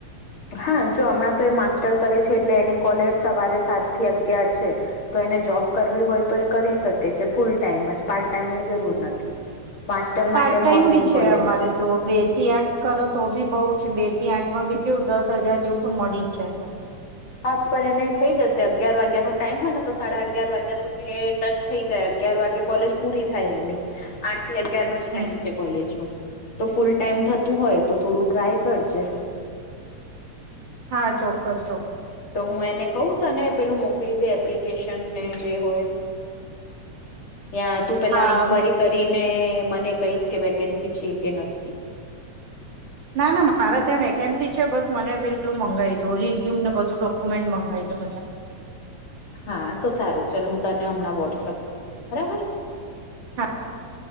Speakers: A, on the left (about 45°); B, on the right (about 45°).
A: હા જો હમણાં તો એ માસ્ટર કરે છે એટલે એની કોલેજ સવારે સાત થી અગિયાર છે. તો એને જોબ કરવી હોય તો એ કરી શકે છે ફૂલ ટાઈમ જ પાર્ટ ટાઈમની જરૂર નથી. માસ્ટર માટે
B: પાર્ટ ટાઈમ
A: મોર્નિંગ
B: બી છે
A: કોલેજ
B: અમારે જો બે થી આઠ. કરો તો બી બઉુ છે બે થી આઠ માં બી કેવું દસ હજાર જેવું તો મળી જ જાય તમને.
A: હા પણ એને થઈ જશે અગિયાર વાગ્યા ન ટાઈમ હોય ને તો સાડા અગિયાર વાગ્યા સુધી એ ટચ થઈ જાય અગિયાર વાગે કોલેજ પૂરી થાય એની, આઠ થી અગિયાર નો જ
B: હમ
A: ટાઈમ થાય કોલેજ ન. તો ફૂલ ટાઈમ થતું હોય તો થોડું ટ્રાય કરજે.
B: હા ચોક્કસ ચોક્
A: તો હું એને કહું તને પેલું મોકલી દે. એપ્લિકેશન ને જે હોય, તું પેલા
B: હા
A: ઇન્કવાયરી કરીને, મને કહીશ કે, વેકેન્સી છે કે નથી.
B: ના ના મારા ત્યાં વેકેન્સી છે બસ મને પેલું મંગાવી દો રિઝ્યુમ ને બધું ડોક્યુમેન્ટ મંગાવી દો બધા. <inaudible>
A: હા તો સારું ચાલો હું તને હમણાં વોટ્સઅપ કરું બરાબર.
B: હા